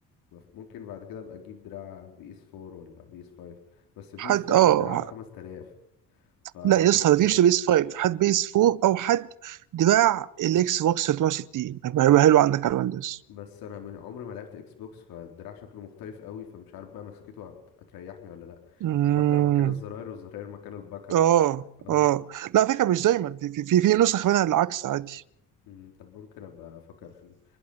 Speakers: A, on the left; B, on the right.
A: ممكن بعد كده ابقى اجيب دراع بي اس 4 ولا بي اس 5 بس البي
B: حد
A: اس 5
B: اه
A: الدراع ب 5000 فالرقم
B: لا يا اسطى
A: كبير
B: ما تجيبش
A: اوي
B: بيس 5 حد بيس 4 او حد دراع الاكس بوكس 360 هيبقى هيبقى حلو عندك على الويندوز
A: بس انا م- عمري ما لعبت اكس بوكس فالدراع شكله مختلف قوي فمش عارف بقى مسكته هت- هتريحني ولا لا
B: امم
A: البكر مكان الزراير والزراير مكان البكر
B: اه
A: عارف انت الحوار
B: اه
A: ده
B: لا على فكره مش دايما في في في في نسخ منها العكس عادي
A: مم، طب ممكن ابقى افكر فيه